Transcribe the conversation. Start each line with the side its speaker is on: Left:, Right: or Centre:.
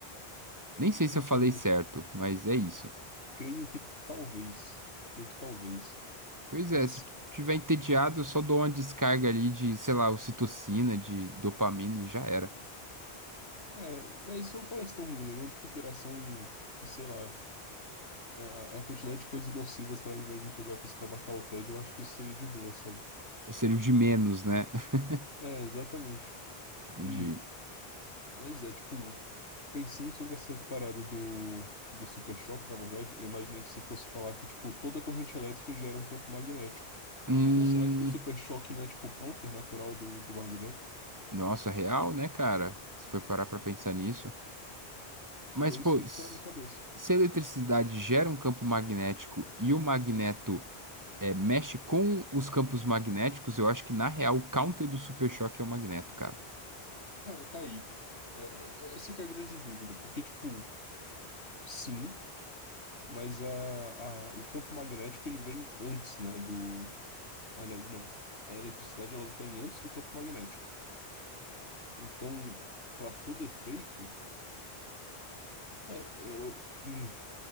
Right: Nem sei se
Left: Entendo.
Right: eu falei certo, mas é
Left: Eh,
Right: isso.
Left: Creio que talvez. Creio que talvez.
Right: Pois
Left: Mas,
Right: é, se tiver entediado, eu só dou uma descarga ali de, sei lá, ocitocina, de dopamina e já era.
Left: é, mas isso não parece tão ruim, levando em consideração que, sei lá, A, a quantidade de coisas nocivas pra mim mesmo que eu já fiz pra matar o tédio, eu acho que isso seria de boa, sabe?
Right: Eu seria o de menos, né? <laughs>
Left: É, exatamente.
Right: De.
Left: Hum, mas é, tipo, pensando sobre essa parada do, do super choque, na verdade, eu imaginei que você fosse falar que, tipo, toda corrente elétrica gera um campo magnético.
Right: Hum.
Left: Então, será que o super choque não é, tipo, counter natural do, do magneto?
Right: Nossa, real, né, cara? Se for parar pra pensar nisso. Mas,
Left: Foi
Right: pô,
Left: isso que
Right: s-
Left: ficou na minha cabeça.
Right: se a eletricidade gera um campo magnético e o magneto é, mexe com os campos magnéticos, eu acho que, na real, o counter do super choque é o magneto, cara.
Left: Cara, tá aí. É, é- essa que é a grande dúvida, porque, tipo, sim, mas a, a, o campo magnético, ele vem antes, né, do Aliás, não. A eletricidade ela vem antes do campo magnético. Então, para todo efeito, é, é, eu, hum,